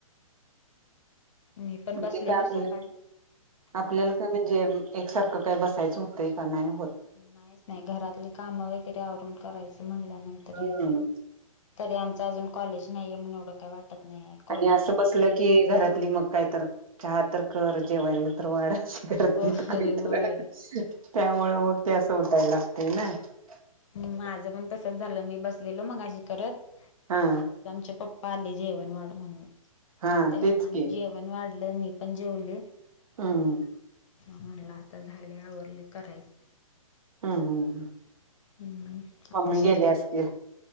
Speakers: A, on the left; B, on the right.
A: मी पण
B: म्हणजे
A: बसलेलो
B: काय आपल्या,
A: सकाळी हा.
B: आपल्याला काय म्हणजे एकसारखं काय बसायचं होतंय? का नाही होत
A: नाहीच नाही घरातली कामं वगैरे, आवरून करायचं म्हणल्यानंतर हेच
B: हम्म
A: आहे. तरी आमच अज कॉलेज नाहीये म्हून एवढं काय वाटत नाही कॉलेज
B: आणि असं
A: चालू
B: बसलं
A: झालं
B: की घरातली मग काय तर चहा तर कर जेवायला तर वाढ. करते
A: होय
B: काहीत
A: होय
B: त्यामु मग ते असं उटायला लागते ना, <unintelligible>
A: ह माझं पण तसच झालं मी बसलेलो. मग अशी करत
B: हा
A: आमचे पप्पा आले जेवण वाढ, म्हणून
B: हा
A: त्यांना
B: तेच
A: आनी
B: की
A: जेवण वाढ, लं मीपन जेवल.
B: हम्म.
A: म्हणला आता झाले आवरले करायच
B: हम्म हम्म.
A: हम्म.
B: मम्मी
A: आता शेतात
B: गेले असतील.